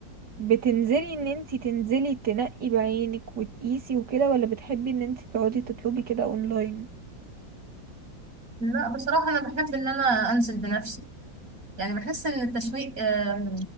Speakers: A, on the right; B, on the right.
A: بتنزلي إن انتي تنزلي تنقي بعينك وتقيسي وكده ولا بتحبي إن انتي تقعدي تطلبي كده أونلاين؟
B: لا بصراحه انا بحب ان انا انزل بنفسي يعني بحس ان التسويق آم،